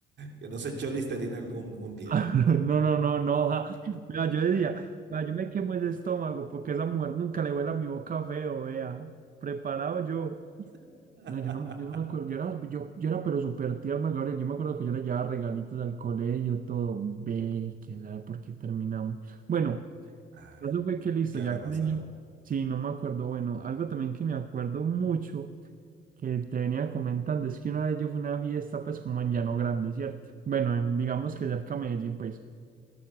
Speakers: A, on the right; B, on the right.
A: Que no se echó Listerine el- un, un día.
B: <laughs> No, no, no, no. ja. Vea, yo decía, vea, yo me quemo ese estómago porque esa mujer nunca le huele a mi boca feo, vea. Preparado yo.
A: <laughs>
B: No, yo no, yo no me acuerdo. Yo era, yo, yo era pero súper tierno, Gabriel. Yo me acuerdo que yo le llevaba regalitos al colegio, todo. Ve, quién sabe por qué terminamos. Bueno,
A: Ah,
B: eso fue que listo,
A: ¿Qué
B: ya
A: habrá pasado?
B: con ello. Sí, no me acuerdo. Bueno, algo también que me acuerdo mucho que te venía comentando es que una vez yo fui a una fiesta, pues como en Llano Grande, ¿cierto? Bueno, en, digamos que cerca a Medellín, pues